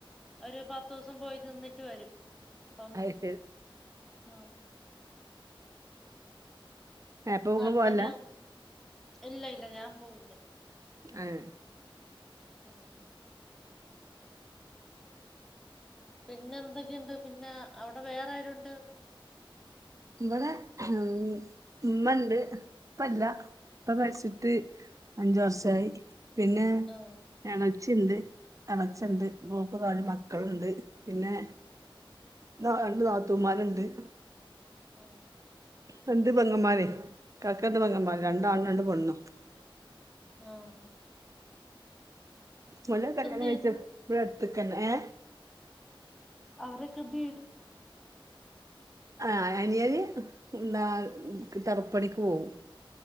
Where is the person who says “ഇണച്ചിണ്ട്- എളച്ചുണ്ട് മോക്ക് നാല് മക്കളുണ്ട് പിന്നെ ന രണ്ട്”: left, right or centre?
Right